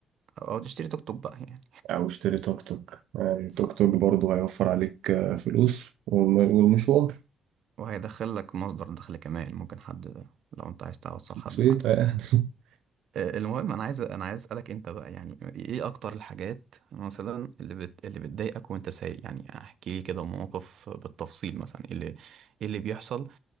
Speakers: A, on the right; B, on the right.
A: او تشتري توك توك بقى يعني
B: او اشتري توك توك يعني توك
A: صح
B: توك برضه هيوفر عليك آه، فلوس والم- والمشوار
A: وهيدخل لك مصدر دخل كمان ممكن حد لو انت عايز توصل
B: بسيطه
A: حد معاك
B: يعني <laughs>
A: آه، المهم انا عايز انا عايز اسالك انت بقى يعني ايه اكتر الحاجات مثلا اللي بت... اللي بتضايقك وانت سايق يعني احكي لي كده موقف بالتفصيل مثلا ايه اللي ايه اللي بيحصل